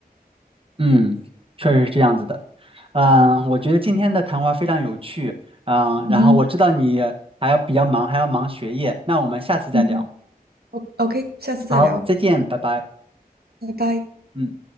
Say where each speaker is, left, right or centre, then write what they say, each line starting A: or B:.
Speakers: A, on the right; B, on the right.
A: 嗯，确实是这样子的。嗯，我觉得今天的谈话非常有趣。嗯，
B: 嗯哼，
A: 然后我知道你还要比较忙，还要忙学业，那我们下次再聊。
B: 嗯哼，O-，OK，下次再聊，
A: 好，再见，拜拜。
B: 拜拜。
A: 嗯。